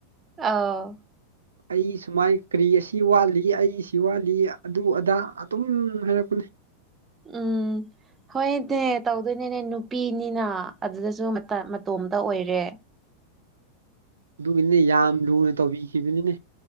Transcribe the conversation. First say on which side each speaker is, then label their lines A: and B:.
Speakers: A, on the right (about 20°); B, on the right (about 70°).
A: ꯑꯣ
B: ꯑꯩ ꯁꯨꯃꯥꯏ ꯀꯔꯤ ꯑꯁꯤ ꯋꯥꯠꯂꯤ ꯑꯩꯁꯤ ꯋꯥꯠꯂꯤ ꯑꯗꯨ ꯑꯗꯥ ꯑꯗꯨꯝ ꯍꯥꯏꯔꯛꯄꯅꯦ꯫
A: ꯎꯝ ꯍꯣꯏꯅꯦ ꯇꯧꯗꯣꯏꯅꯦꯅꯦ꯫ ꯄꯤꯅꯤꯅ ꯑꯗꯨꯗꯁꯨ ꯃꯇꯣꯝꯇ ꯑꯣꯏꯔꯦ꯫
B: ꯑꯗꯨꯒꯤꯅꯦ ꯌꯥꯝ ꯂꯨꯅ ꯇꯧꯕꯤꯈꯤꯕꯅꯤꯅꯦ